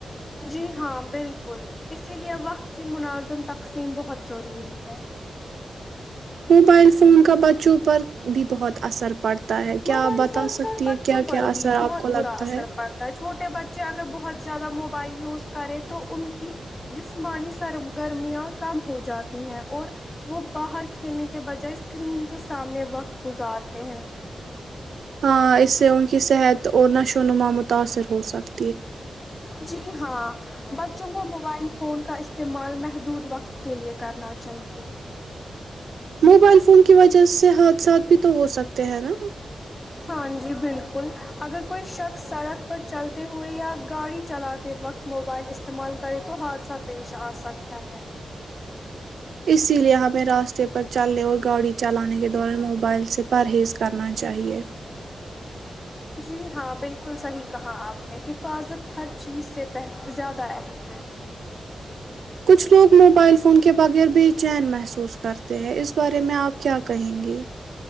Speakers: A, on the left (about 20°); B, on the right (about 85°).
A: جی ہاں بالکل اسی لیے وقت کی مناظم تقسیم بہت ضروری ہے
B: موبائل فون کا ب بچوں پر بھی بہت اثر پڑتا ہے کیا
A: موبائل
B: آپ بتا
A: فون
B: سکتی
A: کا بچوں
B: ہے کیا
A: پر
B: کیا اثر
A: بھی
B: آپ
A: بہت
B: کو
A: برا
B: لگتا
A: اثر
B: ہے
A: پڑتا چھوٹے بچے اگر بہت زیادہ موبائل یوز کرے تو ان کی جسمانی سرگررمیاں کم ہو جاتی ہیں اور وہ باہر کھیلنے کے بجائے اسکرین کے سامنے وقت گزارتے ہیں
B: ہاں اس سے ان کی صحت اور نشو وونما متاثر ہو سکے
A: جی ہاں بچوں کو موبائل فون کا استعمال محدود وقت کے لیے کرنا چاہیے
B: موبائل فون کی وجہ سے حادثات بھی تو ہو سکتے ہیں نا
A: ہاں جی بالکل اگر کوئی شخص سڑک پر چلتے ہوئے یا گاڑی چلاتے وقت موبائل استعمال کرے تو حادثہ پیش آ سکتا ہے
B: اسی لیے ہمیں راستے پر چلنے اور گاڑی چلانے کے دوران موبائل سے پرہیز کرنا چاہیئے
A: جی ہاں بالکل صحیح کہا آپ نے حفاظت ہر چیز سے زیادہ اہم ہے
B: کچھ لوگ موبائل فون کے بغیر بے چین محسوس کرتے ہیں اس بارے میں آپ کیا کہیں گے